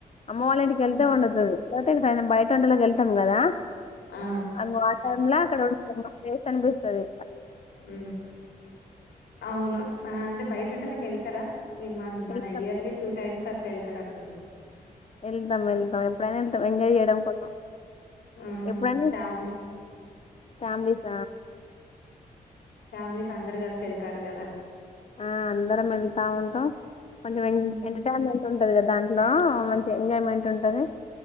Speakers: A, on the left (about 40°); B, on the left (about 80°).
A: అమ్మ వాళ్ళంటికి
B: ఆ!
A: వెళ్తే వండుతది అతే ఇ బయట ఉండలోకిళ కదా
B: ఆ!
A: అంగ ఆ టై లో అక్కడ హ్మ్ స్టేష్ అనిపిస్తుంది
B: హ అవును అంట బయట్ ఉంటలా కళ్తార మ
A: వెళ్తాం
B: మన ఇయర్లీ టూ టైమ్స్ అట్లా వె తరను
A: వెళ్తాం వెళ్తాం ఎప్పుడైనా వెళ్తాం ఎంజాయ్ చేయడం కోసం
B: ఆ!
A: ఎప్పుడైనా
B: ఫ్యామిలీ
A: ఫ్యామిలీస్
B: ఫ్యామిలీస్ అందరు కలిసి వెళ్తారు కదా
A: ఆ అందరం వెళ్తా ఉంటాం కొంచెం ఎ
B: హ్మ్.
A: ఎంటర్టైన్మెంట్ హ్మ్ ఉంటది కదా దాంట్లో మంచి ఎంజాయ్మెంట్ ఉంటది